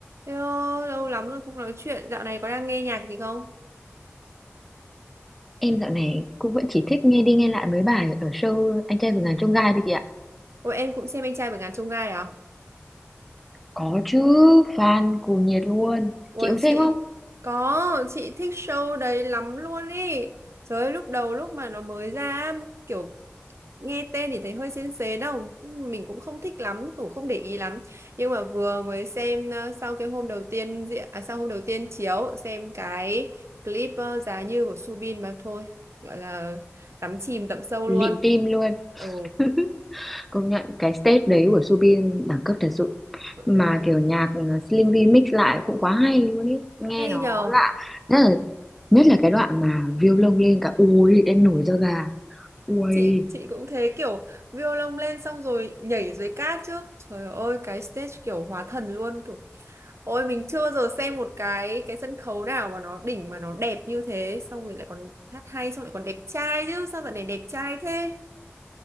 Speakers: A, on the right; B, in the centre.
A: Hello, lâu lắm rồi không nói chuyện. Dạo này có đang nghe nhạc gì không?
B: Em dạo này cũng vẫn chỉ thích nghe đi nghe lại mấy bài ở show Anh trai vượt ngàn chông gai thôi chị ạ.
A: Ôi em cũng xem anh trai vượt ngàn chông gai à?
B: Có chứ, fan cuồng nhiệt luôn.
A: Ôi
B: Chị có xem
A: chị,
B: không?
A: có, chị thích show đấy lắm luôn ý. Trời ơi, lúc đầu lúc mà nó mới ra, kiểu nghe tên thì thấy hơi sến sến đâu. Mình cũng không thích lắm, cũng không để ý lắm. Nhưng mà vừa mới xem ờ, sau cái hôm đầu tiên diễn, à, sau hôm đầu tiên chiếu, xem cái clip ờ, Giá Như của Subin mà thôi. Gọi là đắm chìm đậm sâu
B: Lịm
A: luôn.
B: tim luôn.
A: Ừ,
B: <laughs> Công nhận cái stage đấy của Subin đẳng cấp thật sự.
A: gọi
B: Mà
A: người tôi
B: kiểu nhạc ừ, Slim V mix lại cũng quá hay luôn ý. Nghe
A: hay
B: nó
A: nhờ.
B: lạ. Nhất là, nhất là cái đoạn mà violon lông lên cả. Ui, em nổi da gà. Ui.
A: chị chị cũng thế kiểu violon lên xong rồi nhảy dưới cát chứ trời ơi cái stage kiểu hóa thần luôn kiểu ôi mình chưa bao giờ xem một cái cái sân khấu nào mà nó đỉnh mà nó đẹp như thế xong rồi lại còn hát hay xong lại còn đẹp trai chứ sao dạo này đẹp trai thế